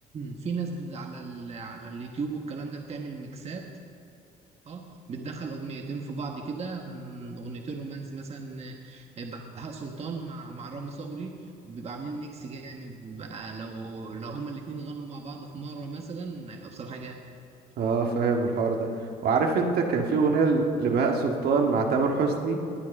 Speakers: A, on the right; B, on the right.
A: في ناس بت- على ال- على اليوتيوب والكلام ده بتعمل ميكسات اه بتدخل اغنيتين في بعض كده مم، اغنيتين رومانسي مثلا آه، بهاء سلطان مع مع رامي صبري بيبقى عاملين ميكس جامد بقى لو لو هما الاتنين غنوا مع بعض في مره مثلا هيبقى بصراحه جامد
B: اه فاهم الحوار ده وعارف انت كان في اغنيه ل- لبهاء سلطان مع تامر حسني